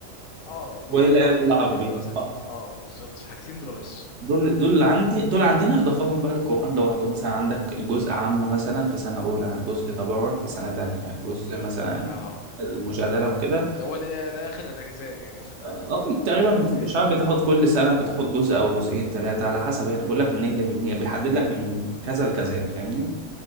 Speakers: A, on the left; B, on the right.
A: اه وفي
B: وال-
A: العربي
B: والعربي
A: ساعات بيبقى مثلا في
B: اه
A: اه بالظبط في حاجتين دول بس
B: دول دول اللي عندي دول عندنا اضافه بقى للقران لوحده مثلا عندك جزء عامه مثلا في سنه اولى جزء تبارك في سنه تانية جزء مثلا
A: اه
B: المجادله وكده
A: اللي هو لا- لاخر الاجزاء يعني اخر
B: اه
A: اخر
B: تقريبا
A: الاجزاء
B: بت-
A: اللي في
B: مش
A: الاخر
B: عارف بتاخد كل سنه بتاخد جزء او جزئين ثلاثه على حسب يعني بقول لك منين اللي بيحدد لك من كذا لكذا يعني فاهمني